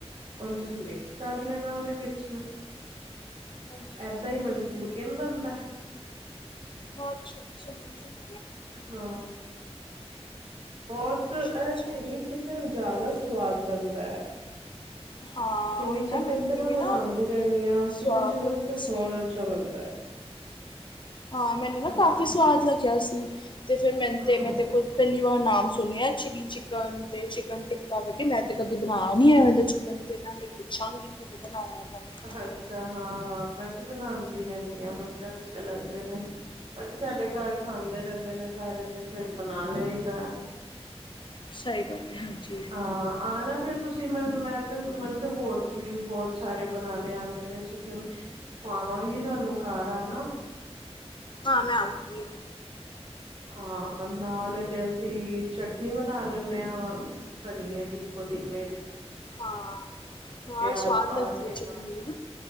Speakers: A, on the right; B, on the left.
A: ਉਹਨੂੰ ਤੁਸੀਂ ਮਿਕਸ ਕਰ ਲੈਣਾ ਉਹਦੇ ਵਿੱਚ। ਇਏਦਾਂ
B: ਹਾਂਜੀ-ਹਾਂਜੀ।
A: ਹੀ ਮਨਚੂਰੀਅਨ ਬਣਦਾ।
B: ਹਾਂ, ਅੱਛਾ-ਅੱਛਾ ਜੀ
A: ਹਾਂ। ਬਹੁਤ ਇਹ
B: ਅੱਛਾ
A: ਚਿੱਲੀ ਚਿਕਨ ਜ਼ਿਆਦਾ ਸਵਾਦ ਬਣਦਾ ਹੈ
B: ਹਾਂ
A: ਚਿਲੀ
B: ਉਹੀ
A: ਚਿਕਨ
B: ਨਾ ਮੈਨੂੰ
A: ਤੇ ਮੈਂ
B: ਵੀ
A: ਬਣਾਉਂਦੀ
B: ਨਾ
A: ਰਹਿੰਦੀ ਹਾਂ
B: ਸਵਾਦ
A: ਚਿਕਨ- ਚਿਕਨ
B: ਲੱਗਿਆ
A: ਤਾਂ
B: ਸੀ
A: ਬਹੁਤ ਅੱਛਾ ਬਣਦਾ ਹੈ
B: ਹਾਂ, ਮੈਨੂੰ ਨਾ
A: ਹਾਂ।
B: ਕਾਫ਼ੀ ਸਵਾਦ ਲੱਗਿਆ ਸੀ ਤੇ ਫੇਿਰ ਮੈਨੂੰ
A: ਹਾਂ
B: ਤੇ ਮੈਂ ਖੁਦ ਪਹਿਲੀ ਵਾਰ ਨਾਮ ਸੁਣੇ ਸੁਨਿਆ ਚੀਲੀ ਚਿਕਨ ਤੇ ਚਿਕਨ ਟਿੱਕਕਾ ਮੈ ਕਿਹਾ ਮੈਤੇ ਕਦੀ ਬਣਾਇਆ ਏਵੇ ਦਾ ਚਿਕਨ ਤੇ ਪੁੱਛਾਗੀ ਕਿਵੇਂ ਬਣਾਇਆ? ਨੇ
A: ਅੱਛਾ ਹਾਂ ਮੈਂ ਤੇ ਬਣਾਉਂਦੀ ਰਹਿੰਦੀ ਹਾਂ ਮੈਨੂੰ ਤੇ ਅੱਛੇ ਲੱਗਦੇ ਨੇ ਬਾਕੀ ਸਾਡੇ ਘਰ ਖਾਂਦੇ ਰਹਿੰਦੇ ਨੇ। ਸਾਰੇ ਤੇ ਫੇਰ ਬਣਾ ਲਈਦਾ।
B: ਸਹੀ ਗੱਲ ਹੈ। ਹਾਂਜੀ
A: ਹਾਂ, ਆਨਾ ਫਿਰ ਤੁਸੀਂ ਮ ਮੈਂਨ ਤੇ ਹੋਰ ਵੀ ਬਹੁਤ ਸਾਰੇ ਬਣਾਉਣੇ ਆਉਂਦੇ ਨੇ ਚਿਕਨ ਖਵਾਵਾਂਗੀ ਤੁਹਾਨੂੰ ਘਰ ਆਨਾ।
B: ਹਾਂ ਮੈਂ ਆਵਾਂਗੀ।
A: ਹਾਂ, ਨਾਲ ਇਹਦੇ ਅਸੀਂ ਚਟਨੀ ਬਣਾ ਲੈਂਦੇ ਹਾਂ ਧਨੀਏ ਦੀ ਪੁਦੀਨੇ ਦੀ।
B: ਹਾਂ, ਨਾਲ
A: ਪਿਆਜ
B: ਸਵਾਦ
A: ਪਾ
B: ਲੱਗਦੀ
A: ਕੇ
B: ਹੈ
A: ਨਾਲ
B: ਚਟਨੀ ਵੀ ਨਾ।